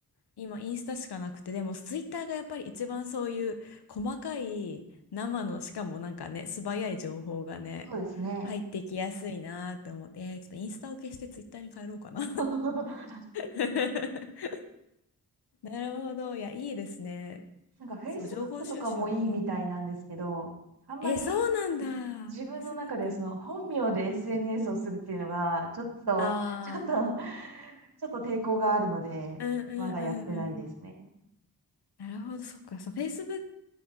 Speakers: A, on the left; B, on the right.
A: 今インスタしかなくて、でもツイッターがやっぱり一番そういう細かい生の、しかもなんかね、素早い情報がね、
B: そうですね。
A: 入ってきやすいなと思って、えーちょっとインスタを消してツイッターに変えろうかな。
B: <laughs>
A: <laughs> なるほど。いや、いいですね。
B: なんか Facebook
A: そう、情報収集が。
B: とかもいいみたいなんですけど、
A: うん。
B: あんまり、
A: え、そうなんだ。
B: 自分の中でその本名で
A: Facebook。
B: SNS をするっていうのが、ちょっと
A: ああ。
B: <laughs> ちょっとちょっと抵抗があるので、
A: うんうんうんうん。
B: まだやってないですね。
A: なるほど。そっか。そう、Facebook